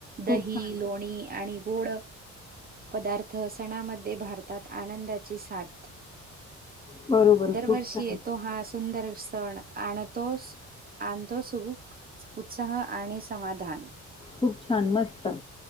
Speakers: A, on the right; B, on the left.
A: दही,
B: खूप छान
A: लोणी आणि गोड पदार्थ सणामध्ये भात तात, आनंदाची साथ.
B: बरोबर
A: दरवर्षी
B: खूप छान
A: येतो हा सुंदर सण, आणतो आणतो सुख उत्साह आणि समाधान
B: खूप छान मस्त.